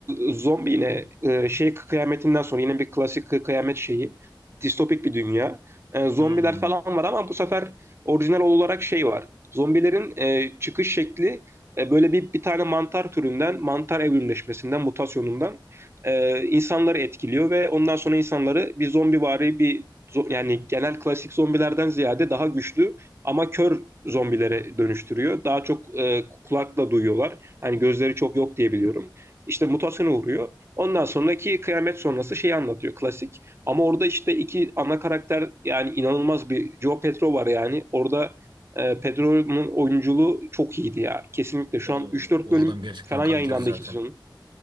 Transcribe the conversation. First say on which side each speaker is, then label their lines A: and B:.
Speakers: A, on the right; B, on the right.
A: e, zombi yine e, şey kıyametinden sonra yine bir klasik kı- kıyamet şeyi. Distopik bir dünya. E, zombiler
B: Hmm.
A: falan var ama bu sefer orijinal olarak şey var. Zombilerin e, çıkış şekli e, böyle bir bir tane mantar türünden, mantar evrimleşmesinden, mutasyonundan e, insanları etkiliyor ve ondan sonra insanları bir zombivari bir zo- yani genel klasik zombilerden ziyade daha güçlü ama kör zombilere dönüştürüyor. Daha çok e, kulakla duyuyorlar Hani gözleri çok yok diye biliyorum. İşte mutasyona uğruyor. Ondan sonraki kıyamet sonrası şeyi anlatıyor klasik. Ama orada işte iki ana karakter yani inanılmaz bir Joe Petro var yani. Orada e, Pedro'nun oyunculuğu çok iyiydi ya. Kesinlikle şu
B: O,
A: an üç dört
B: o
A: bölüm
B: adam gerçekten
A: falan
B: kaliteli
A: yayınlandı
B: zaten.
A: ikinci sezonun.